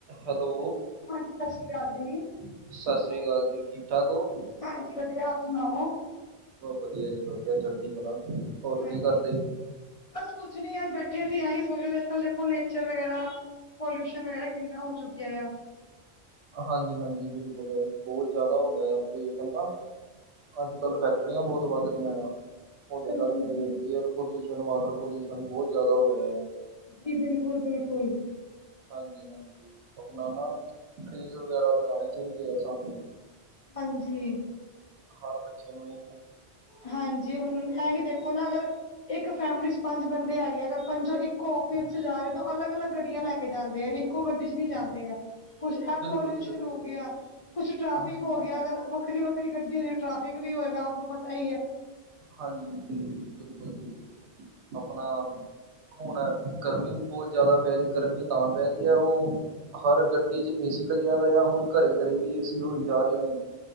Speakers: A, on the right (about 90°); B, on the left (about 50°).
A: Hello,
B: ਹਾਂਜੀ ਸਤਿ ਸ਼੍ਰੀ ਅਕਾਲ ਜੀ। ਠੀਕ
A: ਸਤਿ ਸ੍ਰੀ
B: ਹੋ?
A: ਅਕਾਲ ਜੀ। ਠੀਕ -ਠਾਕ ਹੋ?
B: ਹਾਂਜੀ ਵਧੀਆ। ਆਪ ਸੁਣਾਓ?
A: ਬਸ ਵਧੀਆ ਜੀ ਵਧੀਆ ਚੜਦੀ ਕਲਾ ਹੋਰ ਕੀ
B: ਹਾਂਜੀ।
A: ਕਰਦੇ?
B: ਬਸ ਕੁਛ ਨੀ ਅੱਜ ਬੈਠੇ ਸੀ ਆਹੀ ਸੋਚ ਰੇ ਅੱਜ ਕੱਲ ਦੇਖੋ ਨੇਚਰ ਵਗੈਰਾ ਪੋਲਿਊਸ਼ਨ ਵਗੈਰਾ ਕਿੰਨਾ ਹੋ ਚੁੱਕਿਆ ਆ।
A: ਹਾਂਜੀ -ਹਾਂਜੀ ਬਿਲਕੁਲ ਬੋਤ ਜ਼ਿਆਦਾ ਹੋ ਗਿਆ ਆ ਪੋਲਿਊਸ਼ਨ ਨਾ। ਅੱਜ ਕੱਲ੍ਹ ਫੈਕਟਰੀਆਂ ਬੋਤ ਵੱਧ ਰਹੀਆਂ ਆ। ਉਹਦੇ
B: ਬਿਲਕੁਲ
A: ਕਰਕੇ
B: ਜੀ,
A: ਏਅਰ ਪੋਲਿਊਸ਼ਨ ਵਾਟਰ ਪੋਲਿਊਸ਼ਨ ਬੋਤ ਜ਼ਿਆਦਾ ਹੋ ਰਿਹਾ ਹੈ।
B: ਜੀ ਬਿਲਕੁਲ- ਬਿਲਕੁਲ।
A: ਹਾਂਜੀ- ਹਾਂਜੀ ਆਪਣਾ ਨਾ ਟਰੀਜ਼ ਵਗੈਰਾ ਲਗਾਣੇ ਚਾਈਦੇ ਆ ਸਾਨੂੰ।
B: ਹਾਂਜੀ।
A: ਹਰ ਬੱਚੇ ਨੂੰ ਇਹ
B: ਹਾਂਜੀ। ਹੁਣ ਐਹੀ ਦੇਖੋ ਨਾ ਅਗਰ, ਇੱਕ ਫੈਮਿਲੀ ਚ' ਪੰਜ ਬੰਦੇ ਹੈਗੇ ਆ ਅਗਰ ਪੰਜੋ ਇੱਕੋ ਓ ਫਿਸ ਚ' ਜਾ ਰੇ ਤਾਂ ਅਲੱਗ -ਅਲੱਗ ਗੱਡੀਆਂ ਲੈ ਕੇ ਜਾਂਦੇ ਆ। ਇੱਕੋ ਗੱਡੀ ਚ' ਨ ਨਹੀਂ ਜਾਂਦੇ ਆ। ਕੁਛ ਐ
A: ਬਿਲਕੁਲ
B: ਪੋਲਿਊਸ਼ਨ
A: ਬਿਲਕੁਲ
B: ਹੋ ਗਿਆ। ਕੁਛ ਟ੍ਰੈਫਿਕ
A: ਹਾਂਜੀ
B: ਹੋ ਗਿਆ ਅਗਰ ਵੱਖਰੀ -ਵੱਖਰੀ ਗੱਡੀ ਹੋਂਦੀ ਟ੍ਰੈਫਿਕ ਵੀ ਹੋਏਗਾ ਆਪ ਨੂੰ ਪਤਾ ਹੀ ਹੈ।
A: ਹਾਂਜੀ ਜੀ। ਜੀ ਬਿਲਕੁਲ ਜੀ, ਬਿਲਕੁਲ ਆਪਣਾ ਹੁਣ ਗਰਮੀ ਵੀ ਬੋਤ ਜ਼ਿਆਦਾ ਪੈ ਰਹੀ ਗਰਮੀ ਤਾਂ ਪੈ ਰਹੀ ਹੈ ਉਹ ਹਰ ਗੱਡੀ ਚ' ਏ ਸੀ ਲੱਗਿਆ ਰੇ ਆ ਹੁਣ ਘਰੇ ਘਰੇ ਵੀ ਏ ਸੀ ਹੋ ਈ ਜਾ ਰਹੇ ਨੇ।